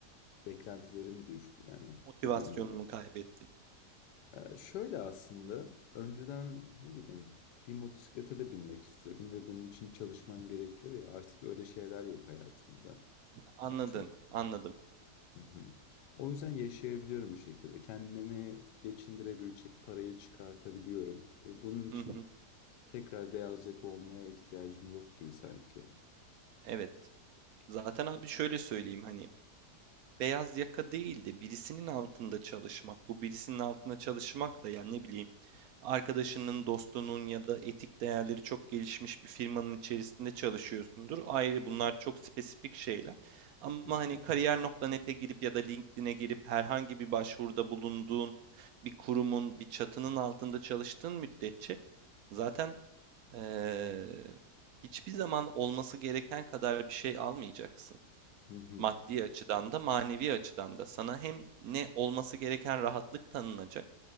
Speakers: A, on the left; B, on the right.
A: Beklentilerim düştü yani
B: Motivasyonumu
A: dediğim gibi.
B: kaybettim.
A: Ee, şöyle aslında önceden ne bileyim bir motosiklete de binmek istiyordum ve bunun için çalışman
B: Hı hı
A: gerekiyor ya artık öyle şeyler yok hayatımda.
B: Anladım,
A: Yani çok...
B: anladım.
A: Hı hı. O yüzden yaşayabiliyorum bir şekilde. Kendimi geçindirebilecek parayı çıkartabiliyorum ve bunun için
B: Hı hı.
A: tekrar beyaz yaka olmaya ihtiyacım yok gibi sanki.
B: Evet. Zaten abi şöyle söyleyeyim hani beyaz yaka değil de birisinin altında çalışmak. Bu birisinin altında çalışmak da yani ne bileyim arkadaşının, dostunun ya da etik değerleri çok gelişmiş bir firmanın içerisinde çalışıyorsundur. Ayrı bunlar çok spesifik şeyler. Ama
A: Hı hı.
B: hani kariyer nokta nete girip ya da LinkedIn'e girip herhangi bir başvuruda bulunduğun bir kurumun, bir çatının altında çalıştığın müddetçe zaten eee, hiçbir zaman olması gereken kadar bir şey almayacaksın.
A: Hı hı.
B: Maddi açıdan da manevi açıdan da sana hem ne olması gereken rahatlık tanınacak